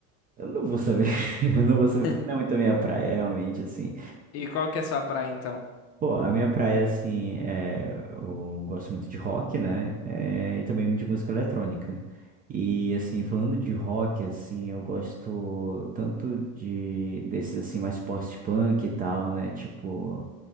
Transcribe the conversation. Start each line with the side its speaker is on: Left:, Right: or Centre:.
Right: Eu não vou saber. <laughs> Eu não vou saber
Left: <laughs>
Right: porque não é muito a minha praia, realmente, assim.
Left: E qual que é a sua praia então?
Right: Pô, a minha praia, assim, é, eu gosto muito de rock, né? É, e também de música eletrônica. E, assim, falando de rock, assim, eu gosto tanto de desses, assim, mais post-punk e tal, né? Tipo,